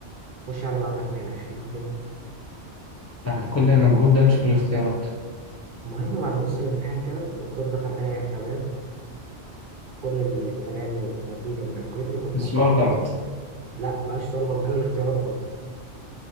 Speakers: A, on the right; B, on the left.
A: خش على بعدها ملهاش في الاختيارات
B: بعد كل المجهود ده مش في الاختيارات
A: المهم بعد نص الامتحان كده الدكتور دخل قال يا شباب كل اللي طالع له نتيجة من الكالكوليتر يحطها
B: السؤال غلط
A: لا ما قالش سؤال غلط قال الاختيارات غلط